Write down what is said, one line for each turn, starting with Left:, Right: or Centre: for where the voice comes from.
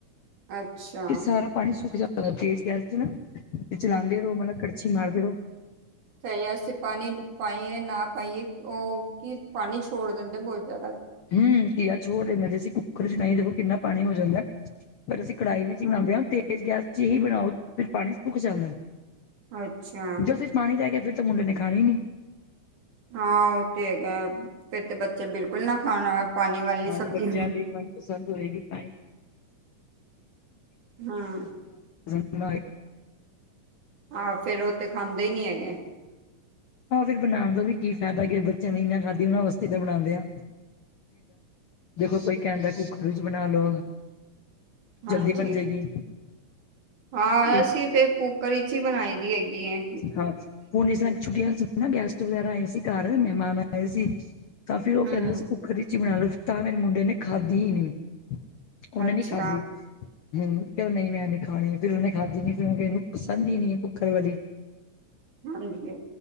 Right: ਅੱਛਾ
Left: ਫੇਰ ਸਾਰਾ ਪਾਣੀ ਸੁੱਕ ਜਾ ਤੇਜ ਗੈਸ ਤੇ ਨਾ ਤੇ ਚਲਾਉਂਦੇ ਰਹੋ, ਮਤਲਬ ਕੜਛੀ ਮਾਰਦੇ ਰਹੋ-
Right: ਚ ਅਸੀਂ ਪਾਣੀ ਪਾਈਏ ਨਾ ਪਾਈਏ ਉਹ ਕੀ ਪਾਣੀ ਛੋੜ ਦਿੰਦੇ ਬਹੁਤ ਜ਼ਿਆਦਾ
Left: ਹਮ, ਘੀਆ ਛੋੜ ਲੈਂਦਾ ਜੇ ਅਸੀਂ ਕੁੱਕਰ ਚ ਨਹੀਂ ਦੇਖੋ ਕਿੰਨਾ ਪਾਣੀ ਹੋ ਜਾਂਦਾ ਪਰ ਅਸੀਂ ਕੜਾਹੀ ਵਿੱਚ ਬਣਾਉਂਦੇ ਹਾਂ, ਤੇਜ਼ ਗੈਸ ਚ ਹੀ ਬਣਾਓ ਫਿਰ ਪਾਣੀ ਸੁੱਕ ਜਾਂਦਾ
Right: ਅੱਛਾ
Left: ਜੇ ਉਸ ਵਿੱਚ ਪਾਣੀ ਰਹਿ ਗਿਆ ਫ਼ਿਰ ਤਾਂ ਮੁੰਡੇ ਨੇ ਖਾਣੀ ਹੀ ਨੀ
Right: ਹਾਂ ਉਹ ਤੇ ਹੈਗਾ, ਫਿਰ ਤੇ ਬੱਚੇ ਬਿਲਕੁਲ ਨਾ ਖਾਣ ਪਾਣੀ ਵਾਲੀ
Left: ਹਾਂ,
Right: ਸਬਜ਼ੀਆਂ
Left: ਬੱਚਿਆਂ ਦੀ ਮਨਪਸੰਦ ਹੋਏਗੀ ਤਾਂ
Right: ਹਾਂ,
Left: ਨਹੀਂ
Right: ਆਹੋ! ਫੇਰ ਉਹ ਤੇ ਖਾਂਦੇ ਹੀ ਨੀ ਹੈਗੇ।
Left: ਆਹ ਫਿਰ ਬਣਾਉਣ ਦਾ ਵੀ ਕੀ ਫਾਇਦਾ ਕਿ ਬੱਚਿਆਂ ਨੇ ਨਈ ਖਾਧੀ ਉਹਨਾ ਵਾਸਤੇ ਤਾ ਬਣਾਉਂਦੇ ਆ, ਦੇਖੋ ਕੋਈ ਕਹਿ ਦਾ ਕੁੱਕਰ ਵਿੱਚ ਬਣਾ ਲਓ
Right: ਹਾਂਜੀ
Left: ਜਲਦੀ ਬਣ ਜਾਏਗੀ।
Right: ਹਾਂ,
Left: ਇਹ
Right: ਅਸੀਂ ਫਿਰ ਕੁੱਕਰ ਵਿਚ ਹੀ ਬਣਾਈ ਦੀ ਹੈਗੀ ਏ।
Left: ਹਾਂ, ਹੁਣ ਜਿਸ ਤਰ੍ਹਾਂ ਛੁੱਟੀਆਂ ਗੈਸਟ ਵਗੈਰਾ ਆਏ ਸੀ ਘਰ ਮਹਿਮਾਨ ਆਏ ਸੀ ਤਾਂ ਫੇਰ ਉਹ
Right: ਹਮ
Left: ਕਹਿੰਦੇ ਸੀ ਕੁਕਰ ਚ ਬਣਾ ਲਓ ਤਾਂ ਮੇਰੇ ਮੁੰਡੇ ਨੇ ਖਾਧੀ ਹੀ ਨਹੀਂ, ਉਹਨੇ
Right: ਅੱਛਾ
Left: ਨੀ ਖਾਧੀ। ਹਮ, ਚੱਲ ਨਹੀਂ ਮੈਂ ਇਥੇ ਖਾਣੀ ਆ ਫਿਰ ਉਹਨੇ ਖਾਧੀ ਨ ਫਿਰ ਮੈਂ ਕਨੂੰ ਪਸੰਦ ਹੀ ਨਹੀਂ ਕੁੱਕਰ ਵਾਲੀ।
Right: ਹਾਂਜੀ